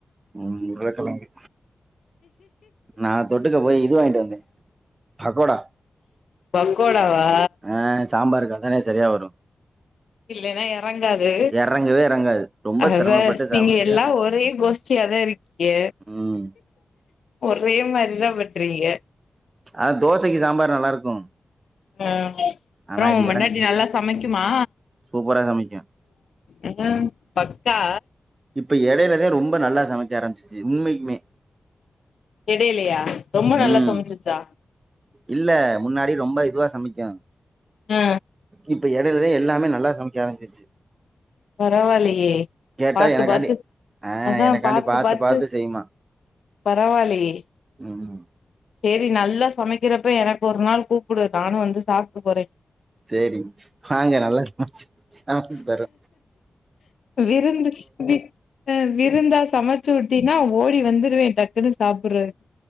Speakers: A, on the right; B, on the left.
A: ம் உருளக்கிழங்கு நா தொட்டுக்க போய் இது வாங்கிட்டு வந்தே பக்கோடா
B: பக்கோடாவா
A: ஆ சாம்பாருக்கு அதானே சரியா வரு
B: இல்லனா எறங்காது
A: எறங்கவே எறங்காது ரொம்ப
B: அதா
A: சிரமப்பட்டு சாப்ட
B: நீங்க
A: வேண்டியதா
B: எல்லா ஒரே கோஷ்ட்டியாதா இருக்கீங்க
A: ம்
B: ஒரே மாரிதா பண்றீங்க
A: ஆ தோசைக்கு சாம்பார் நல்லா இருக்கு
B: அ அப்புறோ
A: ஆனா இது
B: ஒன் பொண்டாட்டி
A: எறங்
B: நல்லா சமைக்குமா
A: சூப்பரா சமைக்கு
B: அதான் பக்கா
A: இப்ப எடைலதா ரொம்ப நல்லா சமைக்க ஆரமிச்சிச்சு உண்மைக்குமே
B: எடைலயா ரொம்ப நல்லா
A: ம்
B: சமைச்சிச்சா
A: இல்ல முன்னாடி ரொம்ப இதுவா சமைக்கு
B: அ
A: இப்ப எடைலதே எல்லாமே நல்லா சமைக்க ஆரமிச்சிர்ச்சு
B: பரவாயில்லயே
A: கேட்டா
B: பாத்து
A: எனக்காண்டி
B: பாத்து
A: ஆ
B: அதா
A: எனக்காண்டி
B: பாத்து பாத்து
A: செய்யுமா
B: பரவாயில்லயே
A: ம்
B: சேரி நல்லா சமைக்கிறப்ப எனக்கு ஒரு நாள் கூப்டு நானு வந்து சாப்ட்டு போறே
A: சேரி வாங்க நல்லா சம்ச்சு சமச்சு தரு
B: விருந்து வி அ விருந்தா சமச்சு உட் டினா ஓடி வந்துருவே டக்குன்னு சாப்புறக்கு